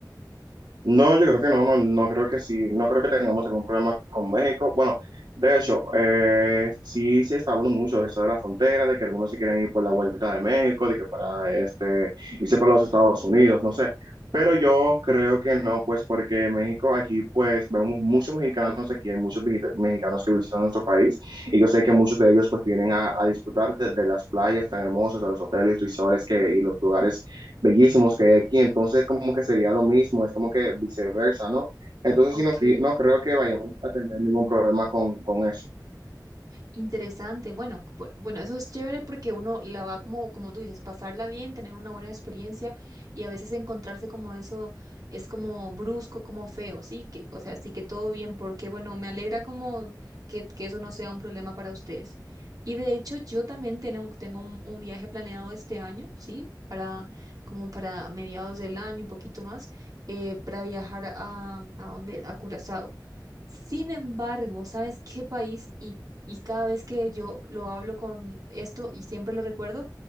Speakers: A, on the right; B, on the right.
A: No, yo creo que no, no, no creo que sí, no creo que tengamos algún problema con México. Bueno, de hecho, eh, sí se está hablando mucho de eso de la frontera, de que algunos se quieren ir por la vuelta de México, de que para este, irse para los Estados Unidos, no sé. Pero yo creo que no, pues porque México aquí, pues vemos muchos mexicanos aquí, hay muchos visita- mexicanos que visitan nuestro país y yo sé que muchos de ellos pues vienen a, a disfrutar desde las playas tan hermosas, a los hoteles, resorts que, y los lugares bellísimos que hay aquí, entonces como que sería lo mismo, es como que viceversa, ¿no? Entonces
B: Ok.
A: sí, no, cre- no creo que vayamos a tener ningún problema con, con eso.
B: Interesante. Bueno, bu- bueno, eso es chévere porque uno la va como, como tú dices, pasarla bien, tener una buena experiencia y a veces encontrarse como eso es como brusco, como feo, sí, que, o sea, sí que todo bien, porque bueno, me alegra como que, que eso no sea un problema para ustedes. Y de hecho, yo también tengo, tengo un, un viaje planeado este año, sí, para como para mediados del año, un poquito más, eh, para viajar a, ¿a dónde? A Curazao. Sin embargo, ¿sabes qué país? Y y cada vez que yo lo hablo con esto y siempre lo recuerdo,